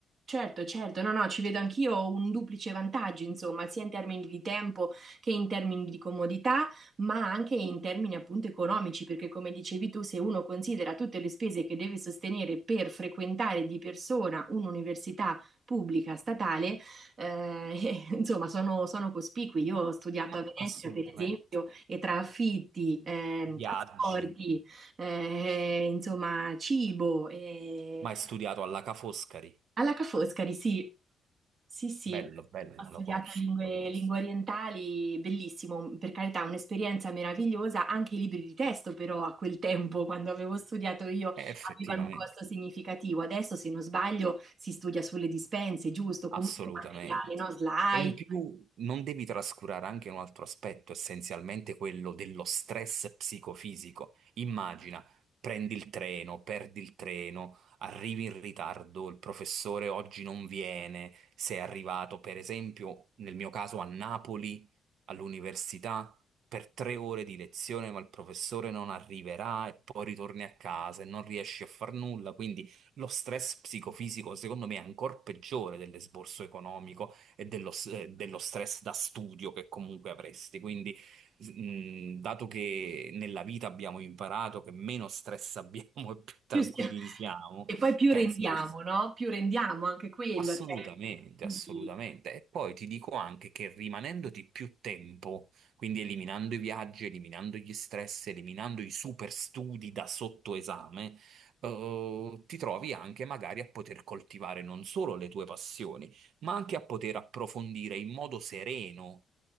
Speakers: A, on the right; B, on the right.
A: Certo, certo, no, no, ci vedo anch'io un duplice vantaggio, insomma, sia in termini di tempo che in termini di comodità, ma anche in termini appunto economici, perché come dicevi tu, se uno considera tutte le spese che deve sostenere per frequentare di persona un'università pubblica statale, eh, <laughs> insomma, sono, sono cospicui. Io ho studiato
B: Ma
A: a Venezia,
B: assolutamente.
A: per esempio, e tra affitti, ehm,
B: Viaggi,
A: trasporti, eh, insomma, cibo, eh,
B: Ma hai studiato alla Ca' Foscari?
A: alla Ca' Foscari, sì, sì, sì,
B: Bello, bello,
A: ho
B: la
A: studiato
B: conosco,
A: lingue,
B: la conosco.
A: lingue orientali, bellissimo, per carità, un'esperienza meravigliosa, anche i libri di testo però a quel tempo, quando avevo studiato io,
B: Eh, effettivamente.
A: avevano un costo significativo, adesso se non sbaglio si studia sulle dispense, giusto, comunque
B: Assolutamente.
A: materiale, no? Slide,
B: E in più non devi trascurare anche un altro aspetto, essenzialmente quello dello stress psicofisico. Immagina, prendi il treno, perdi il treno, arrivi in ritardo, il professore oggi non viene, sei arrivato, per esempio, nel mio caso a Napoli, all'università. Per tre ore di lezione, ma il professore non arriverà e poi ritorni a casa e non riesci a far nulla, quindi lo stress psicofisico, secondo me, è ancora peggiore dell'esborso economico e dello, s- eh, dello stress da studio che comunque avresti. Quindi, s- mh, dato che nella vita abbiamo imparato che meno stress abbiamo <laughs> e più tranquilli
A: più stia-
B: siamo,
A: e poi più
B: penso
A: rendiamo,
B: che
A: no? Più rendiamo anche quello,
B: Assolutamente,
A: cioè, quindi
B: assolutamente. E poi ti dico anche che rimanendoti più tempo, quindi eliminando i viaggi, eliminando gli stress, eliminando i super studi da sottoesame, eh, ti trovi anche magari a poter coltivare non solo le tue passioni, ma anche a poter approfondire in modo sereno